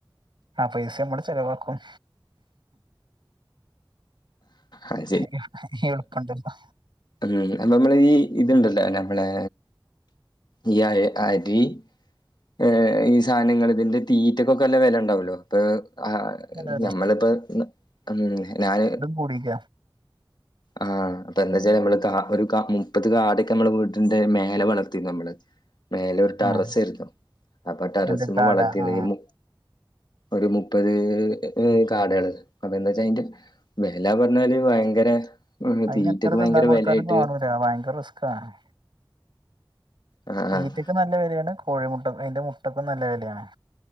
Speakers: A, on the right; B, on the left.
A: ആ പൈസമ്മള് ചെലവാക്കും.
B: അത്
A: <unintelligible> എള്പ്പണ്ടല്ലോ
B: <unintelligible> ഞമ്മള ഈ ഇത്ണ്ടല്ലോ ഞമ്മളെ ഈ അയ് അരി ഏഹ്, ഈ സാനങ്ങള് ഇതിന്റെ തീറ്റക്കൊക്കെ നല്ല വെല ഉണ്ടാവല്ലോ. അപ്പൊ ആ
A: അതെ അതെ.
B: ഞമ്മളിപ്പോ ഉം ഞാന്
A: കൂടിക്ക
B: ആഹ്, അപ്പൊ എന്താച്ചാല് നമ്മള് കാ ഒരു കാ മുപ്പത് കാടൊക്കെ നമ്മൾ വീടിന്റെ മേലെ വളർത്തിരുന്നു നമ്മള്. മേലെ ഒരു ടെറസെരുന്നു,
A: ഉം
B: അപ്പൊ ടെറസ്മ്മെ
A: എന്ത് കാട
B: വളർത്തീനി.
A: ആ
B: ഈ മു ഒരു മുപ്പത് കാടേള്. അപ്പ എന്താ വച്ച അയിന്റെ വെല പറഞ്ഞാല് ഭയങ്കര
A: അയിന്
B: തീറ്റക്ക്
A: എത്ര തിന്നാൻ
B: ഭയങ്കര
A: കൊടുത്താലും
B: വിലയായിട്ട്
A: കാണൂല. ഭയങ്കര റിസ്കാണ്.
B: ആഹ്
A: തീറ്റക്കും
B: ആഹ്
A: നല്ല വെലേണ്, കോഴിമുട്ട അയിന്റെ മുട്ടക്കും നല്ല വെലേണ്.